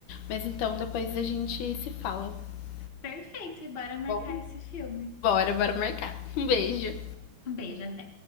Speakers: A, on the left; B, on the left.
A: Mas então depois a gente se fala, tá
B: Perfeito, e bora marcar
A: bom?
B: esse filme.
A: Bora, bora marcar. Um beijo.
B: Um beijo, até.